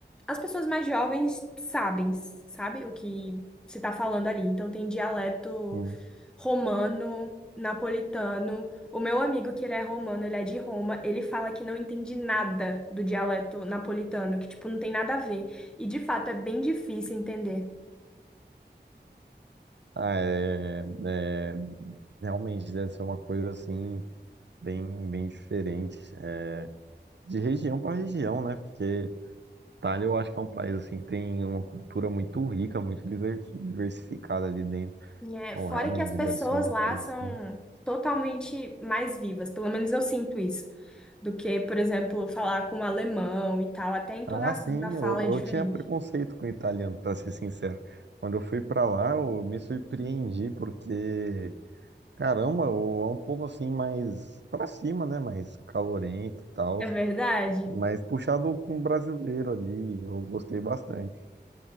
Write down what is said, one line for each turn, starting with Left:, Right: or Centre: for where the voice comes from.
Centre: as pessoas mais jovens sabem, sabe, o que se está falando ali. Então tem dialeto
Right: sim.
Centre: romano, napolitano. O meu amigo, que ele é romano, ele é de Roma, ele fala que não entende nada do dialeto napolitano, que, tipo, não tem nada a ver. E, de fato, é bem difícil entender.
Right: Ah, é, é, realmente deve ser uma coisa assim, bem, bem diferente. é, De região para região, né? Porque Itália, eu acho que é um país assim que tem uma cultura muito rica, muito diver- diversificada ali dentro.
Centre: É,
Right: Então,
Centre: fora
Right: realmente
Centre: que as pessoas
Right: deve ser uma
Centre: lá
Right: coisa
Centre: são
Right: assim.
Centre: totalmente mais vivas, pelo menos eu sinto isso, do que, por exemplo, falar com o alemão e tal. Até a entonação
Right: Ah, sim,
Centre: da fala
Right: eu, eu
Centre: é diferente.
Right: tinha preconceito com o italiano, pra ser sincero. Quando eu fui pra lá, eu me surpreendi porque, caramba, o- é um povo assim mais pra cima, né? Mais calorento e tal,
Centre: É verdade?
Right: mas puxado com o brasileiro ali. Eu gostei bastante.